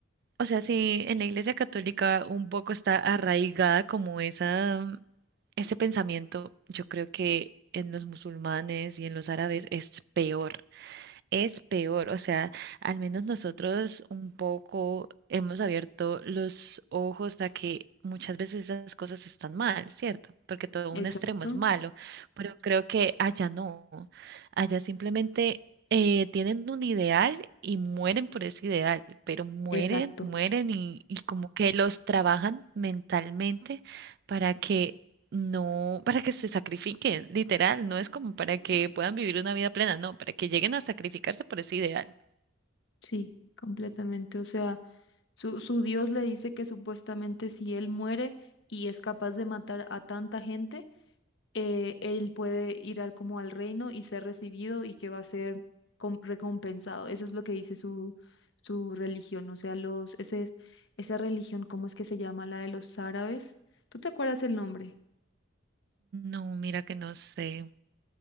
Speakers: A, on the right; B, on the left.
A: o sea, si en la Iglesia Católica un poco está arraigada como esa, ese pensamiento, yo creo que en los musulmanes y en los árabes es peor es peor. O sea, al menos nosotros un poco hemos abierto los ojos a que muchas veces esas cosas están mal, ¿cierto? Porque todo un
B: Exacto,
A: extremo es malo, pero creo que allá no. Allá simplemente eh, tienen un ideal y mueren por ese ideal, pero mueren,
B: exacto,
A: mueren y, y como que los trabajan mentalmente para que no, para que se sacrifiquen, literal, no es como para que puedan vivir una vida plena, no, para que lleguen a sacrificarse por ese ideal.
B: sí, completamente. O sea, su, su Dios le dice que supuestamente si él muere y es capaz de matar a tanta gente, eh, él puede ir al, como al reino y ser recibido y que va a ser com- recompensado. Eso es lo que dice su, su religión. O sea, los, ese es, esa religión, ¿cómo es que se llama? La de los árabes. ¿Tú te acuerdas el nombre?
A: No, mira que no sé.